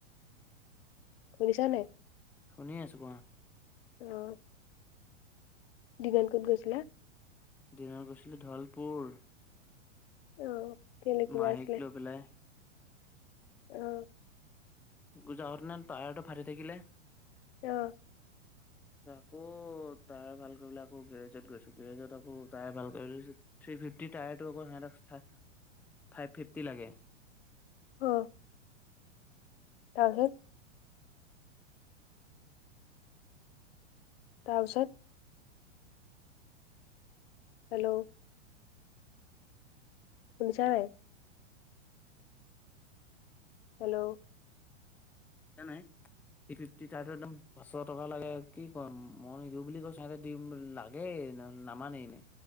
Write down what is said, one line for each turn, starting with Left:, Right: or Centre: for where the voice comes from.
Left: শুনিছা নাই?
Centre: শুনি আছোঁ কোৱা-
Left: অ- দিনত ক'ত গৈছিলা?
Centre: দিনত গৈছিলো ঢলপুৰ
Left: অ কেলে কিবা
Centre: মাহীক
Left: আছিলে?
Centre: লৈ পেলাই
Left: অ
Centre: পূজা ঘৰত সেইদিনা টায়াৰটো ফাটি থাকিলে
Left: অ
Centre: ক'ত টায়াৰ ভাল কৰিবলে আকৌ গেৰেজত গৈছো গেৰেজত আকৌ টায়াৰ ভাল কৰি থ্ৰি ফিফটি টায়াৰটো আকৌ সিহঁতক ফা ফাইভ ফিফটি লাগে
Left: অ তাৰপিছত তাৰপিছত হেল্ল' শুনিছা নাই? হেল্ল'
Centre: নাই থ্ৰি ফিফটি তাতো একদম পাঁচশ টকা লাগে কি কম মই নিদিওঁ বুলি কৈছোঁ সিহঁতে দিম লাগে নহ'লে নামানেই ইনে